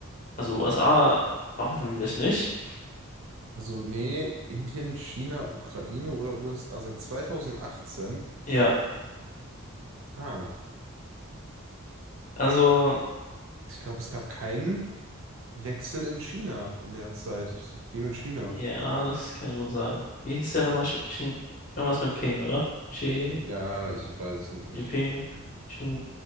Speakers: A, on the left; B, on the right.
A: Also USA hoffentlich nicht.
B: Also, nee, Indien, China, Ukraine oder USA seit 2018.
A: Ja,
B: Ah.
A: also.
B: Ich glaube, es gab keinen Wechsel in China in der Zeit. Ich, ich gehe mit China.
A: Ja, das kann gut sein. Wie hieß der nochmal? Xi- Xing, irgendwas mit Ping, oder? Xi,
B: Ja, ich, ich weiß es nicht.
A: Xi Ping, Xing,